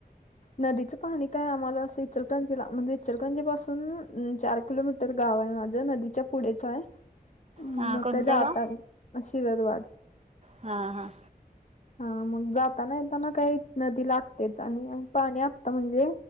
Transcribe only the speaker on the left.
नदीचं पाणी काय आम्हाला अस इचलकरंजीला म्हणजे इचलकरंजी पासून चार किलोमीटर गाव आहे माझं नदीच्या पुढेच हाय. मग
काय जातात
शिरदवाड
हा मग जाताना येताना काही नदी लागतेच आणि पाणी आत्ता म्हणजे